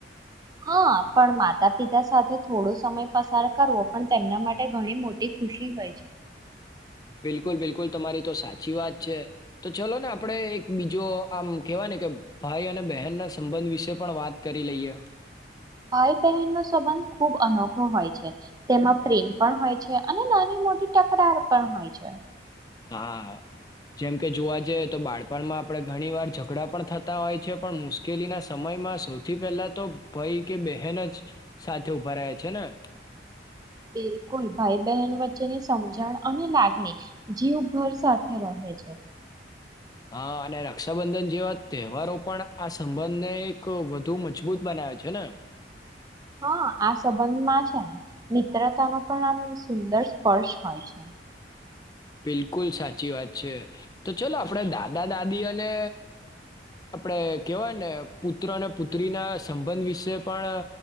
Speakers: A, on the right; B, on the left.
A: હા પણ માતા પિતા સાથે થોડો સમય પસાર કરવો પણ તેમના માટે ઘણી મોટી ખુશી હોય છે.
B: બિલકુલ બિલકુલ તમારી તો સાચી વાત છે તો ચલો ને આપણે એક બીજો આમ કેવાય ને કે ભાઈ અને બહેન ના સંબંધ વિશે પણ વાત કરી લઈએ.
A: ભાઈ બહેન નો સંબંધ ખૂબ અનોખો હોય છે તેમાં પ્રેમ પણ હોય છે અને નાની મોટી તકરાર પણ હોય છે.
B: હા જેમ કે જોવા જઈએ તો બાળપણમાં આપણે ઘણી વાર ઝઘડા પણ થતા હોય છે પણ મુશ્કેલીના સમયમાં સૌથી પહેલા તો ભાઈ કે બહેન જ સાથે ઉભા રહેાય છે ને
A: બિલકુલ ભાઈ બહેન વચ્ચેની સમજણ અને લાગણી જીવભર સાથે રહે છે.
B: હા અને રક્ષાબંધન જેવા તહેવારો પણ આ સંબંધને એક વધુ મજબૂત બનાવે છે ને.
A: હા આ સંબંધમાં છે ને. મિત્રતા ન પણ આમ સુંદર સ્પર્શ હોય છે.
B: બિલકુલ સાચી વાત છે તો ચલો આપણે દાદા દાદી અને આપણે કેવાય ને પુત્ર અને પુત્રી ના સંબંધ વિશે પણ